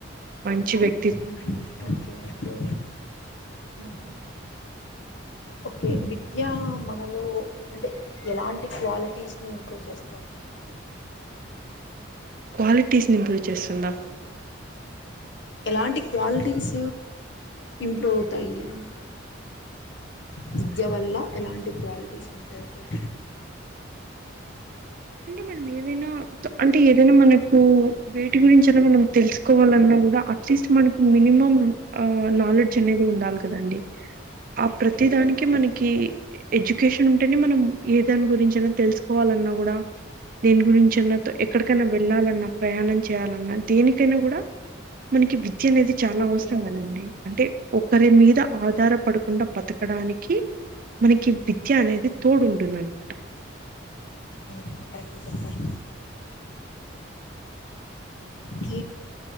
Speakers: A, on the right; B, on the left.
A: మంచి వ్యక్తి
B: ఉ ఓకే ఓకే ఉ ఓకే విద్య మనలో అంటే ఎలాంటి క్వాలిటీస్ నీ ఇంప్రూవ్ చేస్తాది అండి
A: క్వాలిటీస్ నీ ఇంప్రూవ్ చేస్తుందా
B: ఎలాంటి క్వాలిటీస్ ఇంప్రూవ్ అవుతాయి అండి విద్య వల్ల ఎలాంటి క్వాలిటీస్ ఇంప్రూవ్ అవుతాయి
A: అంటే మనం ఏదైనా అంటే ఏదైనా మనకు వేటి గురించైన మనం తెలుసు కోవాలన్నా కూడా అట్లీస్ట్ మనకు మినిమం ఆ నాలెడ్జ్ అనేది ఉండాలి కదండి ఆ ప్రతి దానికి మనకి ఎడ్యుకేషన్ ఉంటేనే మనం ఏ దాని గురించైనా తెలుసుకోవాలి కూడా దేని గురించన్న ఎక్కడికైనా వెళ్ళాలన్నా కూడ ప్రయాణం చేయాలన్నా దేనికైనా కూడా మనకి విద్య విద్య అనేది చాలా
B: ఓకే
A: అవసరం కదండి అంటే ఒకరి
B: అవునండి
A: మీద ఆధారపడకుండా బతకడానికి మనకి విద్య అనేది
B: అవునవును
A: తోడుంటుందనమాట
B: అవునండి కరెక్ట్ చెప్పారు క